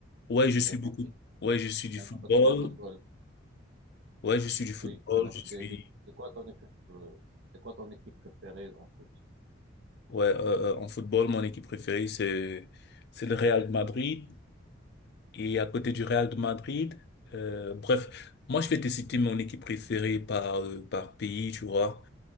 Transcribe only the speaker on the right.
si
j'ai
bien compris.
T'es
un amateur de football,
oui. Donc,
de- du coup, c'est quoi ton équipe, euh, c'est quoi ton équipe préférée en foot?